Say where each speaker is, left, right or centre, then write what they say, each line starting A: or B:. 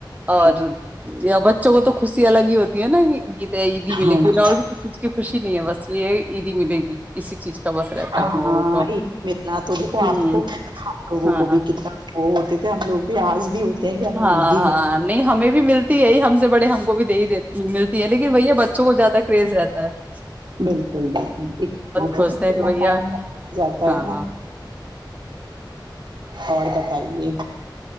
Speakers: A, on the right (about 65°); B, on the right (about 20°).
A: اچھے-
B: اور بچوں کو تو خوشی الگ ہی ہوتی <unintelligible> تو عید ہی ملے
A: ہاں
B: گ انہیں
A: جی
B: اور کسی چیز کی خوشی نہیں ہے بس یہ یہ بھی ملے گی اسی چیز کا بس رہتا
A: ہاںید
B: ہے ہم لوگوں کو
A: ملنا تو دیکھو
B: ہوں
A: آپ کو لوگوں
B: ہاں
A: کو
B: ہاں
A: بھی کتنا <unintelligible> ہوتے تھے ہم لوگ بھی آج بھی ہوتے کہ کہ ہمیں
B: ہاں
A: دی میں <unintelligible>
B: نہیں ہمیں بھی ملتا <unintelligible> ت یہی ہم سے بڑے ہم کو بھی دی دی ملتی ہے لن وہی ہے بچوں کو زیادہ کرریز رہتا اچ <unintelligible>
A: بالکل بالکل
B: خوش
A: اتنا
B: ہیں کہ بھیا
A: ٹائم ل جاتا
B: ہاں
A: ہے نا اور بتائیے